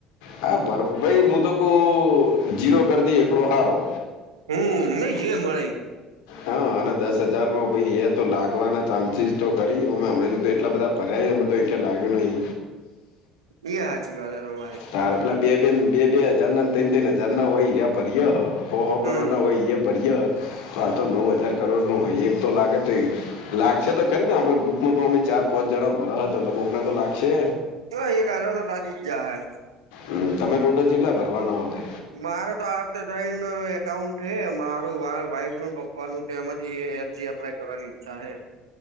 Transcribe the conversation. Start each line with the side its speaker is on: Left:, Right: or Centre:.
Left: હા ભ ભાઈ હું તો કવ જીરો કરતી એકડો હારો
Right: હમ નઈ જે મળે
Left: હ અને દસ હજારનો ભાઈ એ તો લાગવાના ટા ચચીસ તો કરીં અમે હમણાથી તો એટલા બધા ભર્યા અમ તો એકય લાગ્યો નઈ
Right: એ હાચી વાત હે તમારી
Left: તાર પેલા બે બેન બે બે હજાર નાન તન ત્રન હજારના હોય એર્યા ભર્ય હ હો હો કરોડના
Right: હમ
Left: હોય એયે ભર્ય હ તો આતો નવ હજાર કરોડનો હ એક તો લાગે તે લાગશે તો ખરીજ ન હમણાં ગ્રુપમાં તો અમે ચાર પાંચ જણા ભરહ તો કોકન તો લાગશે
Right: હ એક હજાર તો લાગી જ જાહે
Left: હમ તમે રોડે ચેટલા ભરવાના હતે
Right: મારે તો આ અકતે તઈન એકાઉન્ટ હે મારું માર વાઈફનુ પપ્પાનું તો એમાંથી એ અરજી એપ્લાય કરવાની ઈચ્છા હે